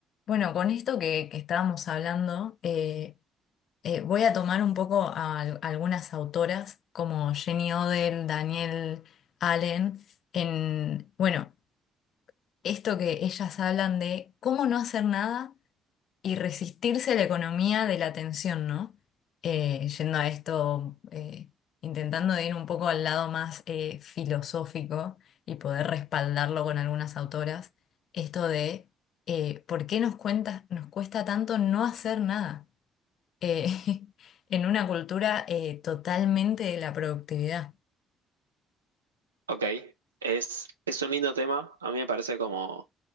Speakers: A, on the left; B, on the right.
A: Bueno, con esto que, que estábamos hablando, eh, eh, voy a tomar un poco a, al- algunas autoras como Jenny Odell, Danielle Allen, en, bueno, esto que ellas hablan de cómo no hacer nada y resistirse a la economía de la atención, ¿no? Eh, yendo a esto, eh, intentando de ir un poco al lado más eh, filosófico y poder respaldarlo con algunas autoras, esto de eh, por qué nos cuenta, nos cuesta tanto no hacer nada eh, <laughs> en una cultura eh, totalmente de la productividad.
B: Ok, es, es un lindo tema. A mí me parece como